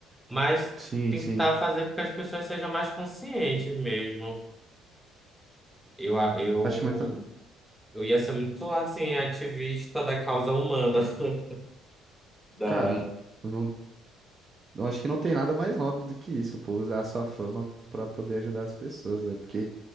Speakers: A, in the centre; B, on the right (about 35°).
A: Mas
B: sim,
A: tentar
B: sim.
A: fazer com que as pessoas sejam mais conscientes mesmo. Eu, a- eu,
B: Acho muito.
A: eu ia ser muito, assim, ativista da causa humana. <laughs> Da...
B: Cara, eu não, eu acho que não tem nada mais nobre do que isso, pô, usar a sua fama pra poder ajudar as pessoas, é porque.